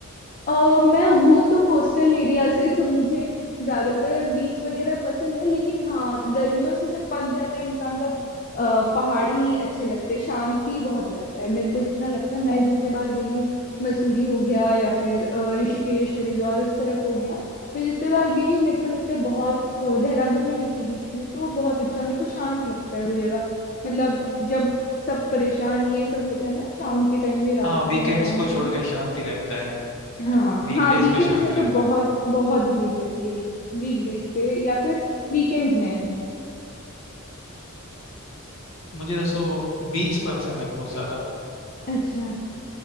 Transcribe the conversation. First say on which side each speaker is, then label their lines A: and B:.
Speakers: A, on the left; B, on the left.
A: अ मैं हूँ तो कोस्टल एरिया से तो मुझे ज्यादातर बीच वगैरह पसंद है लेकिन हाँ गर्मियों से जब पक जाता है इंसान तब अ, पहाड़ ही अच्छे लगते हैं शांति बहुत लगता है मेरे को जितना लगता है मैं जितने बार गई हूँ मसूरी हो गया या फिर अ, ऋषिकेश हरिद्वार उस तरफ हो गया मैं जितने बार गई हूँ मेरे को लगता है बहुत अ, देहरादून में भी थी बीच में तो बहुत अच्छा मेरे को शांत लगता है वो जगह मतलब जब सब परेशान ये सब होता है ना शाम के टाइम में रात
B: हाँ
A: के
B: वीकेंड्स
A: टाइम में आराम
B: को छोड़
A: से
B: के शांति रहता है
A: हाँ
B: वीकडेज
A: हाँ वीकेंड्स
B: पे शांत
A: में
B: रहता
A: तो बहुत
B: है
A: बहुत भीड़ रहती है वीक वीकडेज पे या फिर वीकेंड्स में आई मीन
B: मुझे दसो बीच पसंद है बहुत ज्यादा
A: अच्छा